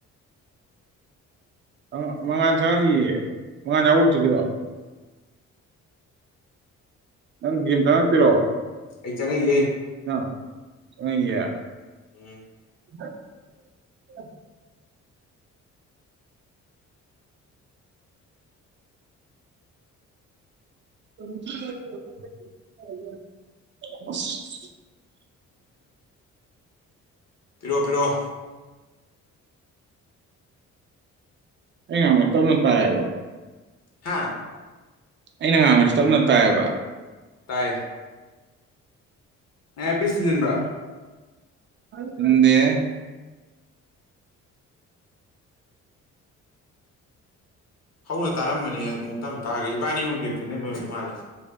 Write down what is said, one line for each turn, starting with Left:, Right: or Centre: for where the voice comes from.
Right: <unintelligible> ꯃꯉꯥꯟ ꯆꯪꯉꯛꯏꯌꯦ ꯃꯉꯥꯟ ꯌꯥꯎꯕꯔꫭ ꯍꯧꯖꯤꯛꯀꯤꯗꯣ ꯅꯪ ꯒꯦꯝ ꯆꯪꯂꯥꯛꯇꯨꯏꯔꫭ
Left: ꯑꯩ ꯆꯪꯉꯥꯡꯏꯌꯦ
Right: ꯅꯪ ꯆꯪꯉꯥꯡꯏꯌꯦ
Left: ꯎꯝ
Right: <unintelligible> <unintelligible> ꯑꯁ
Left: ꯄꯤꯔꯛꯑꯣ ꯄꯤꯔꯛꯑꯣ
Right: ꯑꯩꯅ ꯉꯥꯡꯕꯁꯦ ꯇꯥꯞꯅ ꯇꯥꯏꯌꯦꯕ
Left: ꯍꯥꯥ
Right: ꯑꯩꯅ ꯉꯥꯡꯕꯁꯦ ꯇꯥꯞꯅ ꯇꯥꯏꯌꯦꯕ
Left: ꯇꯥꯏꯌꯦ ꯑꯦꯔꯄꯤꯁꯁ ꯊꯤꯟꯖꯤꯟꯕꯔ
Right: ꯊꯤꯟꯗꯦꯍꯦ
Left: ꯍꯧꯅ ꯇꯥꯔꯝꯕꯅꯦ ꯑꯃꯨꯛ ꯇꯥꯞꯅ ꯇꯥꯈꯔꯦ ꯏꯕꯥꯅꯤ ꯑꯃꯨꯛ ꯒꯦꯝ ꯆꯪꯁꯤꯟꯕꯒꯤ ꯑꫭꯏꯔꯝꯗꯨ ꯃꯥꯜꯂꯦ